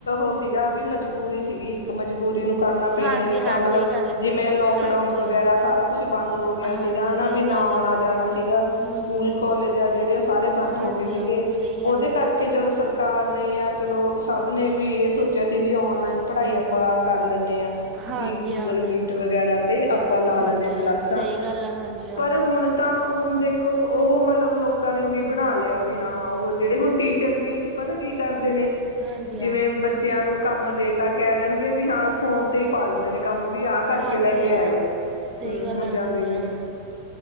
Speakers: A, on the left; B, on the right.
A: ਓ ਸੀਗਾ ਵੀ ਮਜਬੂਰੀ ਸੀਗੀ ਇੱਕ ਮਜਬੂਰੀ ਨੂੰ ਕਰਨਾ ਪਯਾ
B: ਹਾਂਜੀ
A: ਨਹੀਂ
B: ਹਾਂ
A: ਤਾਂ ਮਤਲਬ
B: ਸਹੀ ਗੱਲ ਹੈ
A: ਜਿਵੇਂ ਲੋਕਡਾਊਨ
B: ਹਾਂਜੀ
A: ਵਗੈਰਾ
B: ਹਾਂ
A: ਸਾਰਾ ਕੁਛ ਬੰਦ ਹੋ ਗਯਾ
B: ਹਾਂਜੀ
A: ਸੀਗਾ ਹਨਾ
B: ਸਹੀ
A: ਵੀ ਨਾ
B: ਗੱਲ
A: ਆਉਣਾ
B: ਆ
A: ਜਾਣਾ ਸੀਗਾ,
B: ਹੂੰ-ਹੂੰ,
A: ਸਕੂਲ ਕੋਾਲਜ ਆ ਜੇੜੇ ਓ ਸਾਰੇ ਬੰਦ
B: ਹਾਂਜੀ
A: ਹੋ ਗਏ ਸੀਗੇ
B: ਹਾਂ, ਸਹੀ ਗੱਲ
A: ਓਦੇ
B: ਐ।
A: ਕਰ ਕੇ ਚਲੋ ਸਰਕਾਰ ਨੇ ਯਾ ਚਲੋ ਸਭ ਨੇ ਵੀਐ ਸੋਚੇਆ ਸੀ ਵੀ ਔਨਲਾਈਨ ਪੜ੍ਹਾਈ ਆਪਾਂ ਕਰ ਲੈਨੇ ਆਂ
B: ਹਾਂਜੀ
A: ਵੀ ਗੂਗਲ
B: ਹਾਂ,
A: ਮੀਟ ਵਗੈਰਾ ਤੇ ਆਪਾਂ ਲਾ
B: ਹਾਂਜੀ
A: ਲੈਨੇ ਆਂ ਕਲਾਸਾਂ
B: ਹਾਂ, ਸਹੀ ਗੱਲ ਆ, ਹਾਂਜੀ ਹਾਂ।
A: ਪਰ ਹੁਨ ਤਾਂ ਹੁਨ ਦੇਖੋ ਓਹ ਮਲਬ ਲੋਕਾਂ ਨੇ ਓਹੀ ਬਣਾ ਲਿਆ ਵੀ ਹਾਂ ਓਹ ਜੇਹੜੇ ਹੁਨ ਟੀਚਰ ਵੀ ਪਤਾ ਕੀ ਕਰਦੇ ਨੇ
B: ਹਾਂਜੀ
A: ਜਿਵੇਂ
B: ਹਾਂ,
A: ਬੱਚੇ ਬੱਚਿਆਂ ਨੂੰ ਕੰਮ ਦੇ ਤਾਂ ਕਹਿ ਦੇਣਗੇ ਵੀ ਹਾਂ ਫੋਨ ਤੇ ਈ ਪਾ ਦੇਂਦੇ ਨੇ ਕੰਮ ਵੀ ਆਹ ਕਰਕੇ
B: ਹਾਂਜੀ
A: ਲੈ ਕੇ
B: ਹਾਂ।
A: ਆਇਓ,
B: ਸਹੀ
A: ਹੁੰ
B: ਗੱਲ
A: ਹੁਨ
B: ਆ,
A: ਜਾਂਦੇ
B: ਹਾਂਜੀ
A: ਵੀ
B: ਹਾਂ।
A: ਨੇ